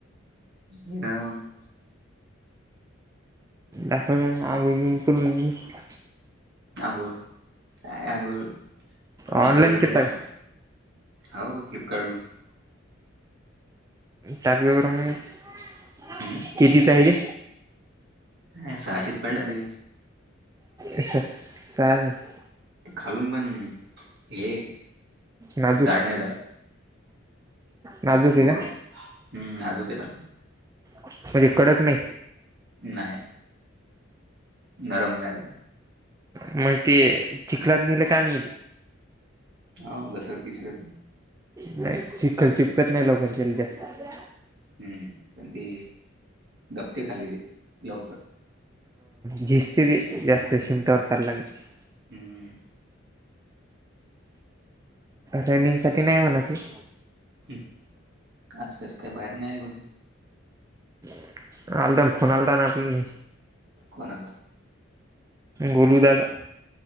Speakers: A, on the right; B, on the right.
A: काय मग.
B: दच आगू प <unintelligible>
A: आंघोळ काय आंघोळ उशिरा
B: ऑनलाईन
A: करतात
B: केलता
A: आंघोळ.
B: का?
A: हो फ्लिपकार्ट वून <unintelligible>
B: टक बर <unintelligible>
A: हम्,
B: किती चा आहे रे.
A: अ सहाशीच पडला ती.
B: अा स <unintelligible>
A: खालून पण हे
B: नाजूक
A: जाड नाही झालं.
B: नाजुक आहे
A: वरून
B: का?
A: हम्म, नाजूक आहे ना.
B: म्हणजे कडक नाही?
A: नाही. नरम आहे नरम.
B: मग ते,, चिखलात नेले का मी
A: हाव घसरत बीसरत नई.
B: नाही चिखल चिपकत नाही लवकर त्याले जास्त.
A: हम्म पण ते, दपते खाली ते लवकर.
B: झीस्तेती, जास्त शिमटावर चाला लागलं की.
A: हम्म हम्म.
B: रनिंग साठी नाही म्हणा ती.
A: हम्म आज कस काय बाहेर नाही आयली कोणी?
B: <inaudible> आलता, फोन आलता ना आपली
A: कोणाचा?
B: गोलू दा चा.